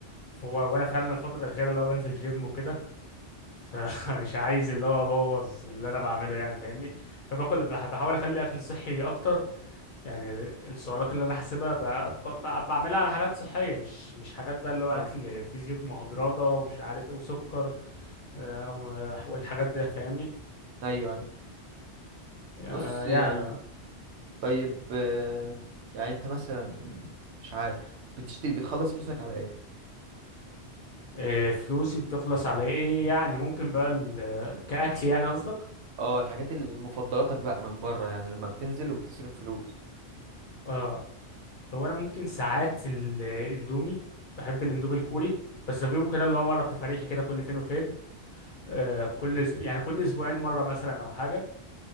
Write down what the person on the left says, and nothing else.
فهو وانا فعلا الفترة الأخيرة اللي هو بنزل جيم وكده فمش <laughs> عايز اللي هو ابوظ اللي انا بعمله يعني فاهمني فباكل بح- بحاول اخلي اكل صحي اكتر يعني ال- السعرات اللي انا حاسبها ب- ب- ب- بعملها على حاجات صحيه مش مش حاجات بقى اللي هو
اكل فيه زيوت مهدرجه ومش عارف ايه وسكر آه، و- والحاجات دي فاهمني
آه،
يعني آه.
آه، فلوسي بتخلص على ايه يعني ممكن بقى ال- كاكل يعني قصدك
اه هو انا ممكن ساعات الاندومي بحب الاندومي الكوري بس بجيبه كده اللي هو مره تفاريحي كده كل فين وفين آه، كل أس- يعني كل اسبوعين مره مثلا او حاجه